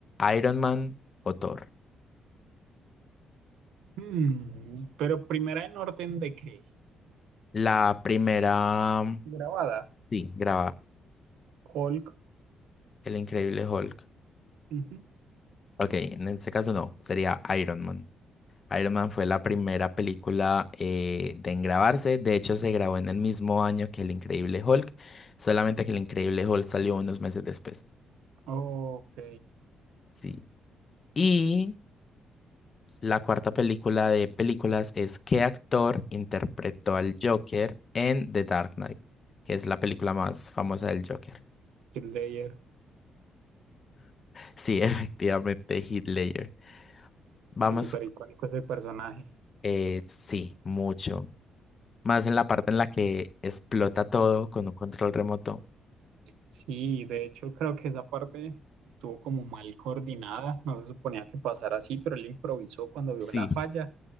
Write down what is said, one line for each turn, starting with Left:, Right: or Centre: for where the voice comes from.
Left: Iron Man o Thor.
Right: Mm, Pero primera en orden de qué?
Left: La primera,
Right: Grabada.
Left: sí, graba
Right: Hulk.
Left: El Increíble Hulk.
Right: Ujú.
Left: Ok, en este caso no, sería Iron Man. Iron Man fue la primera película eh, de en grabarse, de hecho se grabó en el mismo año que El Increíble Hulk, solamente que El Increíble Hulk salió unos meses después.
Right: Ok.
Left: Sí. Y la cuarta película de películas es ¿Qué actor interpretó al Joker en The Dark Knight? Que es la película más famosa del Joker.
Right: Heath Ledger.
Left: Sí, <laughs> efectivamente, Heath Ledger. Vamos,
Right: Sí, súper icónico ese personaje.
Left: eh, sí, mucho. más en la parte en la que explota todo con un control remoto.
Right: Sí, de hecho creo que esa parte estuvo como mal coordinada, no se suponía que pasara así, pero él improvisó cuando vio
Left: Sí.
Right: la falla